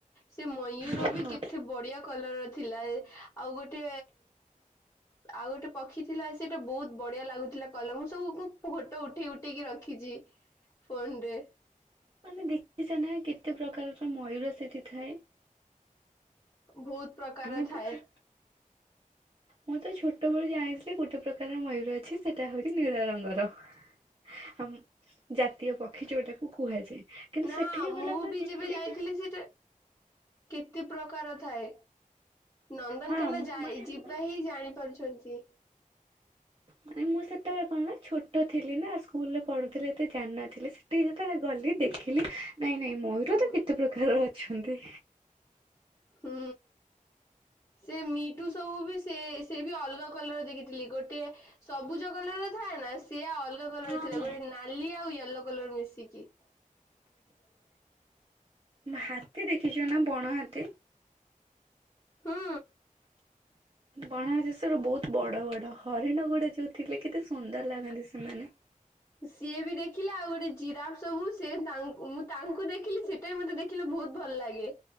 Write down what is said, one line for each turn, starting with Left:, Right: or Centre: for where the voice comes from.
Left: ସେ ମୟୂର
Right: ହଁ
Left: ବି
Right: ହଁ।
Left: କେତେ ବଢିଆ କଲର ଥିଲା ଆଉ ଗୋଟେ ଆଉ ଗୋଟେ ପକ୍ଷୀ ଥିଲା ସେଇଟା ବହୁତ ବଢିଆ ଲାଗୁଥିଲା କଲର ମୁଁ ସବୁ ଫୋଟ ଉଠେଇ ଉଠେଇକି ରଖିଛି, ଫୋନରେ,
Right: ମାନେ ଦେଖିଛ ନା କେତେ ପ୍ରକାରର ମୟୂର ସେଠି ଥାଏ,
Left: ବହୁତ ପ୍ରକାର
Right: ଆମେ ତ
Left: ଥାଏ
Right: ଛୋ ମୁଁ ତ ଛୋଟବେଳୁ ଜାଣିଥିଲି ଗୋଟେ ପ୍ରକାର ମୟୂର ଅଛି ସେଟା ହଉଛି ନୀଳ ରଙ୍ଗର ଆ ଜାତୀୟ ପକ୍ଷୀ ଯୋଉଟାକୁ କୁହାଯାଏ। କିନ୍ତୁ
Left: ନା
Right: ସେଠିକି ଗଲା
Left: ମୁଁ
Right: ପରେ
Left: ବି
Right: ଦେଖିଲି
Left: ଯେବେ ଯାଇଥିଲି
Right: କି
Left: ସେଟା କେତେ ପ୍ରକାର ଥାଏ। ନନ୍ଦନକାନ
Right: ହଁ
Left: ଯାଏ
Right: ମାନେ
Left: ଯିବା
Right: ମୁଁ
Left: ହିଁ ଜାଣିପାରୁଛନ୍ତି
Right: ମାନେ ମୁଁ ସେତେବେଳେ କଣ ନା ଛୋଟ ଥିଲି ନା ସ୍କୁଲ ରେ ପଢୁଥିଲେ ଏତେ ଜାଣିନ ଥିଲେ ସେଠିକି ଯେତେବେଳେ ଗଲି ଦେଖିଲି ନାଇଁ ନାଇଁ ମୟୂର
Left: ହୁଁ
Right: ତ କେତେ ପ୍ରକାର ଅ ଅଛନ୍ତି।
Left: ହୁଁ ସେ ମିଟୁ ସବୁ ବି ସେ ସେ ବି ଅଲଗା କଲର ଦେଖିଥିଲି ଗୋଟିଏ ସବୁଜ କଲର ର ଥାଏ ନା ସିଏ ଅଲଗା କଲର
Right: ହଁ
Left: ଥିଲା
Right: ହଁ।
Left: ଗୋଟେ ନାଲି ଆଉ ୟେଲୋ କଲର ମିଶିକି। କି
Right: ହାତୀ ଦେଖି ନା ବଣ ହାତୀ।
Left: ହୁଁ।
Right: ବଣ ଜେସର ବହୁତ ବଡ ବଡ ହରିଣ ଗୁଡା ଯୋଉ ଥିଲେ କେତେ ସୁନ୍ଦର ଲାଗନ୍ତି ସେମାନେ।
Left: ସିଏ ବି ଦେଖିଲା ଆଉ ଗୋଟେ ଜିରାଫ୍ ସବୁ ସେ ମୁଁ ତାଙ୍କୁ ଦେଖିଲି ସେଇଟା ବି ମତେ ଦେଖିଲେ ବହୁତ ଭଲ ଲାଗେ।